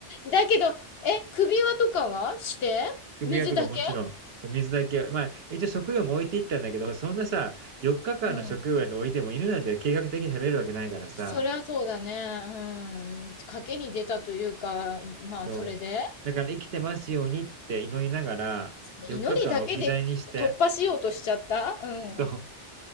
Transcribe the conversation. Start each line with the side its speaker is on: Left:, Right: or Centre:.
Left: だけど、え、首輪とかはして？
Right: 首輪とかもちろん、
Left: 水だけ？
Right: そう、水だけは、まあ、一応食料も置いていったんだけど、そんなさ、4日間の食料なんて置いても犬なんて計画的に食べるわけないからさ、
Left: うん、うん。そりゃそうだね。うーん。賭けに出たというか、まあ、
Right: そう。
Left: それで、
Right: だから生きてますようにって祈りながら、
Left: その祈りだけで突破しようとしちゃった？
Right: 4日間置き去りにして、
Left: うん。う
Right: そう。